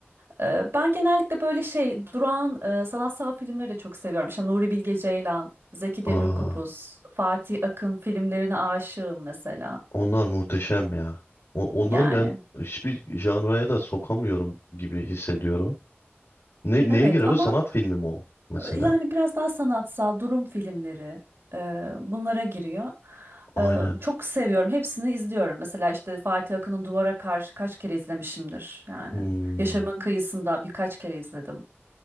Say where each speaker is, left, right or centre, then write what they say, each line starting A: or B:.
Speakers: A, on the right; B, on the left.
A: Eee, ben genellikle böyle şey durağan eee, sanatsal filmleri de çok seviyorum. İşte Nuri Bilge Ceylan, Zeki Demirkubuz,
B: Aa,
A: Fatih Akın filmlerine aşığım mesela.
B: onlar muhteşem ya. O- onları
A: Yani
B: ben hiçbir janraya da sokamıyorum gibi hissediyorum. Ne,
A: evet
B: neye girer
A: ama.
B: o? Sanat filmi mi o mesela?
A: Yani biraz daha sanatsal durum filmleri e, bunlara giriyor.
B: Aynen.
A: E, çok seviyorum. Hepsini izliyorum. Mesela işte Fatih Akın'ın Duvara Karşı kaç kere izlemişimdir yani.
B: Hmm.
A: Yaşamın Kıyısında birkaç kere izledim.